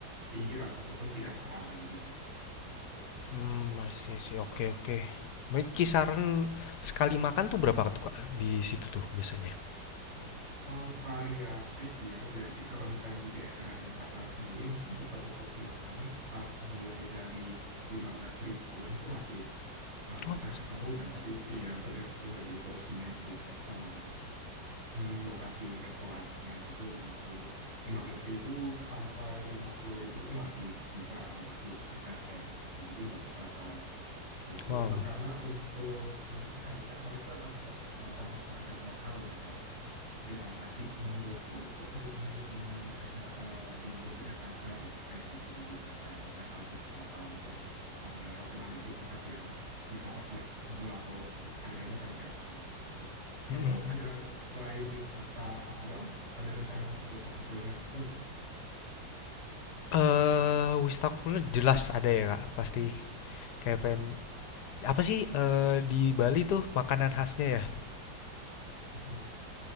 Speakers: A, on the right; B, on the left.
A: pinggir ataupun tidak seramai biasanya gitu.
B: Mmm, I see I see, oke oke. Baik kisaran sekali makan tuh berapa tuh, Kak, di situ tuh biasanya?
A: Eh, variatif ya. Jadi kalau misalnya di daerah Denpasar sendiri mungkin untuk satu porsi makanan start mulai dari 15 ribuan itu masih uh, bisa
B: Oh,
A: ketemu ya, tapi iya tergantung dari porsinya juga sama hmm, lokasi restorannya gitu lima lima puluh lima belas ribu sampai lima puluh ribu itu masih bisa eh, masih ada kayak gitu. Jadi nggak usah khawatir. Itu
B: wow,
A: memang karena untuk ini harga mereka tetap mempertimbangkan masyarakat lokal ya kayak gitu yang masih menurutku itu mirip-mirip dengan masyarakat di Yogyakarta deh kayak gitu. Jadi makanannya asal kita tahu aja eh, rekomendasi tempat yang bisa affordable atau harganya terjangkau kayak gitu. Kamu
B: mhm mhm.
A: ada selain wisata alam, ada rencana untuk wisata kuliner juga nggak di sana?
B: Eee, Wistakula jelas ada ya, Kak, pasti. Kayak pengen apa sih, eee, di Bali tuh makanan khasnya ya?
A: Mhm.